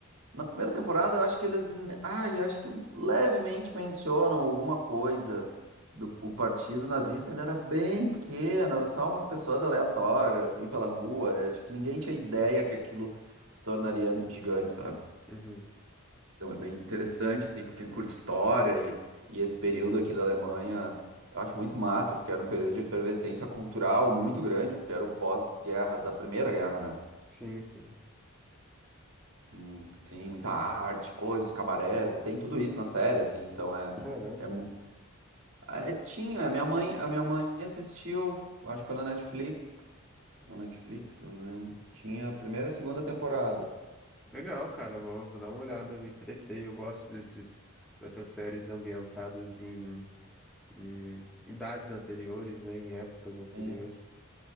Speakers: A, on the right; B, in the centre.
A: Na primeira temporada, eu acho que eles. Ah, eu acho que levemente mencionam alguma coisa do o partido nazista ainda era bem pequeno, era só umas pessoas aleatórias, assim, pela rua. Eu acho que ninguém tinha ideia que aquilo se tornaria gigante, sabe?
B: Uhum.
A: Então é bem interessante, assim, pra quem curte história e, e esse período aqui da Alemanha, eu acho muito massa, porque era um período de efervescência cultural muito grande, porque era o pós-guerra da Primeira Guerra, né?
B: Sim, sim.
A: Hum, Sim, muita arte, coisas, cabarés, e tem tudo isso na série, assim, então é,
B: Caramba.
A: é, mu- é tinha, a minha mãe, a minha mãe assistiu, acho que foi na Netflix, na Netflix, não me lembro, tinha a primeira e a segunda temporada,
B: Legal, cara, vou, vou dar uma olhada, me interessei. Eu gosto desses, dessas séries ambientadas em, em idades anteriores, né? Em épocas anteriores.
A: sim,